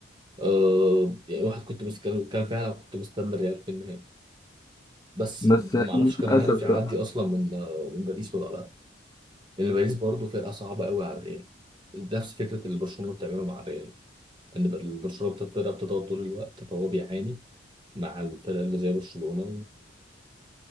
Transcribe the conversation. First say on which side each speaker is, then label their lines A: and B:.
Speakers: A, on the right; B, on the left.
A: آه يعني واحد كنت بس كان كان فعلا كنت مستني الريال في النهائي بس
B: بس
A: ما اعرفش
B: للأسف
A: كان هيعرف يعدي
B: بقى،
A: اصلا من آه، من باريس ولا لا لان باريس برضه فرقة صعبة قوي على الريال نفس فكرة اللي برشلونة بتعمله مع الريال ان بر- برشلونة بتبقى فرقة بتضغط طول الوقت فهو بيعاني مع الفرق اللي زي برشلونة